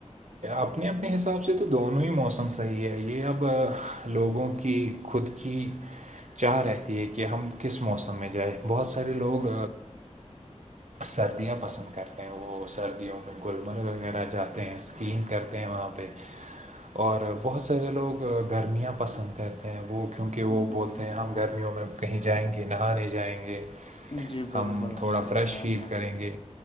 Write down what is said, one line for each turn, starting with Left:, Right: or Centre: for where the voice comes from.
Right: اپنے اپنے حساب سے تو دونوں ہی موسم صحیح ہے یہ اب لوگوں کی خود کی چاہ رہتی ہے کہ ہم کس موسم میں جائیں بہت سارے لوگ سردیاں پسند کرتے ہیں وہ سردیوں میں گلمرگ وغیرہ جاتے ہیں اس کے تین کرتے ہیں وہاں پہ اور بہت سارے لوگ گرمیاں پسند کرتے ہیں وہ کیونکہ وہ
Left: جی
Right: بولتے ہیں
Left: بالکل
Right: ہم گرمیوں میں کہیں جائیں گے نہانے جائیں گے
Left: جی بالکل
Right: ہم تھوڑا
Left: صحیح
Right: فریش
Left: بات
Right: فیل
Left: ہے
Right: کریں گے